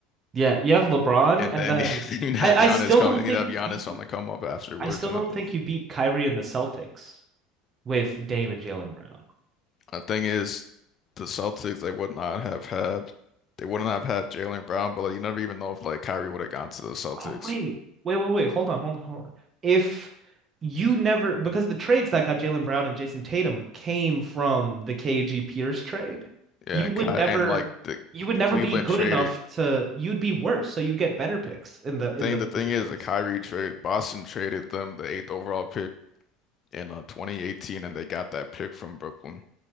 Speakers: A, on the right; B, on the left.
A: Yeah, you have LeBron,
B: And
A: and
B: then
A: then
B: <laughs> they need to
A: I,
B: have Giannis
A: I still
B: coming.
A: don't
B: They
A: think
B: need to have
A: you
B: Giannis
A: beat.
B: on the come up afterwards.
A: I still
B: And
A: don't
B: the,
A: think you beat Kyrie and the Celtics with Dame and Jalen Brown.
B: the thing is, the Celtics, they would not have had, they wouldn't have had Jaylen Brown, but like, you never even know if like Kyrie would have gone to the Celtics.
A: Oh wait, wait, wait, wait. Hold on, hold on, hold on. If you never, because the trades that got Jalen Brown and Jason Tatum came from the KG Pierce trade,
B: Yeah,
A: you
B: and
A: would
B: Ky and
A: never,
B: like the
A: you would never
B: Cleveland
A: be good
B: traded.
A: enough to. You'd be worse, so you get better picks in the in
B: Thing
A: those
B: the thing
A: positions.
B: is, the Kyrie trade, Boston traded them the eighth overall pick in uh, 2018, and they got that pick from Brooklyn.